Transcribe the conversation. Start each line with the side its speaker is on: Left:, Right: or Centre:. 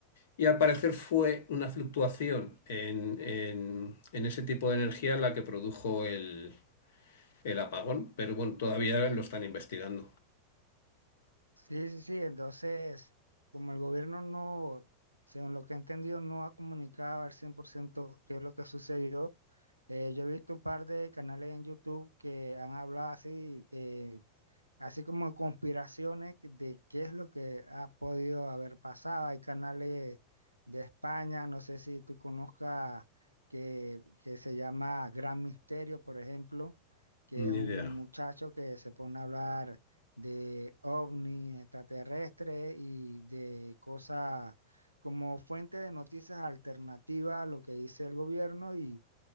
Left: Y al parecer fue una fluctuación en, en- en ese tipo de energía la que produjo el, el apagón, pero bueno, todavía lo están investigando.
Right: <laughs> sí, sí, sí, entonces, como el gobierno no, según lo que he entendido, no ha comunicado al 100% qué es lo que sucedió, eh, yo he visto un par de canales en YouTube que han hablado así. eh, así como conspiraciones de qué es lo que ha podido haber pasado. Hay canales de España, no sé si tú conozcas que, que se llama Gran Misterio, por ejemplo, que
Left: Ni
Right: es un
Left: idea.
Right: muchacho que se pone a hablar de ovnis extraterrestres y de cosas como fuente de noticias alternativas a lo que dice el gobierno y